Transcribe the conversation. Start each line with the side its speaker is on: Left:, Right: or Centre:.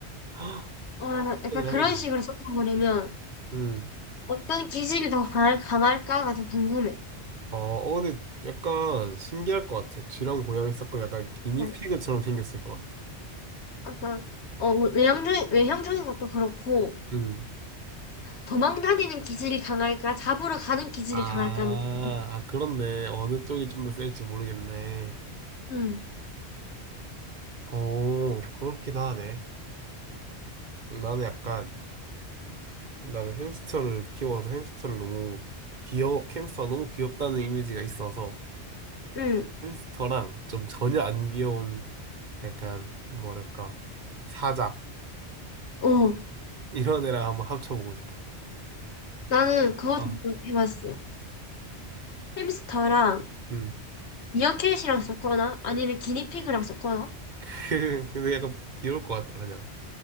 Right: <gasps> 헉,
Left: 어, 약간
Right: 이하겠네
Left: 그런 식으로 섞어버리면
Right: 음.
Left: 어떤 기질이 더 강할, 강할까가 좀 궁금해.
Right: 아, 어, 근데 약간 신기할 것 같아. 쥐랑 고양이 섞고 약간 기니피그처럼
Left: 어,
Right: 생겼을 것 같아.
Left: 약간, 어, 외형적인, 외형적인 것도 그렇고,
Right: 음.
Left: 도망다니는 기질이 강할까, 잡으러 가는 기질이
Right: 아,
Left: 강할까는 궁금해.
Right: 아, 그렇네. 어느 쪽이 좀 더 셀지 모르겠네.
Left: 응,
Right: 오, 그렇기도 하네. 나는 약간, 나는 햄스터를 키워서 햄스터를 너무 귀여, 햄스터가 너무 귀엽다는 이미지가 있어서
Left: 응,
Right: 햄스터랑 좀 전혀 안 귀여운 약간, 뭐랄까, 사자.
Left: 어.
Right: 이런 애랑 한번 합쳐보고 싶어.
Left: 나는 그것도
Right: 어.
Left: 해봤어. 햄스터랑
Right: 음.
Left: 미어캣이랑 섞거나 아니면 기니피그랑 섞거나
Right: <laughs> 근데 약간 귀여울 것 같다 그냥.